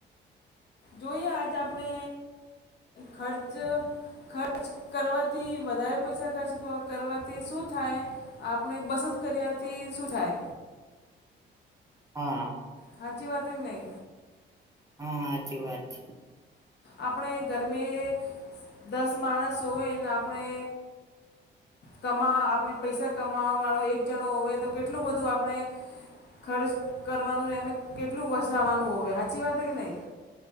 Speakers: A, on the left; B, on the right.
A: જોઈએ આજ આપણે ખર્ચ ખર્ચ કરવાથી વધારે પૈસા ખર્ચ કરવાથી શું થાય? આપણે બસત કર્યાથી શું થાય?
B: હા
A: હાચી વાત કે નહી?
B: હા સાચી વાત છે.
A: આપણે ઘરમે દસ માણસ હોય ને આપણે કમા આપણે પૈસા કમાવાવાળો એક જણો હોય તો કેટલું બધું આપણે ખર્ચ કરવાનું ને એમે કેટલું બસાાવવાનું હોય સાચી વાત કે નહીં